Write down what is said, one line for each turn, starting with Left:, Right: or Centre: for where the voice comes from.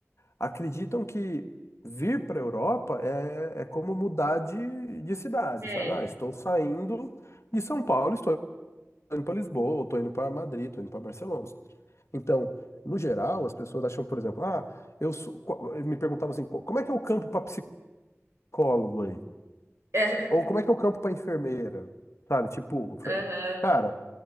Left: Acreditam que vir para a Europa é, é como mudar de, de cidade,
Right: É.
Left: sabe? Ah, estou saindo de São Paulo, estou indo para Lisboa, estou indo para Madrid, estou indo para Barcelona. Então, no geral, as pessoas acham, por exemplo, ah, eu sou, qu- me perguntavam assim, co- como é que é o campo para psicólogo aí?
Right: <laughs>
Left: Ou como é que é o campo para enfermeira? Sabe? Tipo,
Right: Aham.
Left: cara.